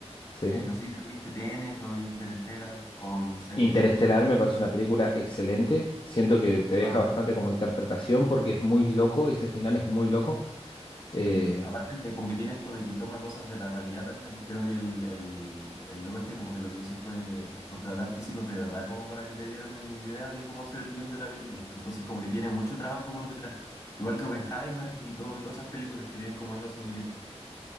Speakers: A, on the left; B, on the left.
A: sí.
B: Eh, no sé si te viste Tenet o Interstellar o Ince-
A: Interestelar
B: Inception.
A: me parece una película excelente, siento que te deja
B: Ah.
A: bastante como interpretación porque es muy loco, ese final es muy loco.
B: Sí,
A: Eh,
B: aparte que como que tiene esto de que toma cosas de la realidad también. Creo que el, el, el loco este como que lo que hizo fue contratar físicos de verdad como para que le dieran una idea de cómo hacer el guión de la película. Entonces como que tiene mucho trabajo por detrás. Igual que Oppenheimer y todo, y todas esas películas que tienen como esa similitud.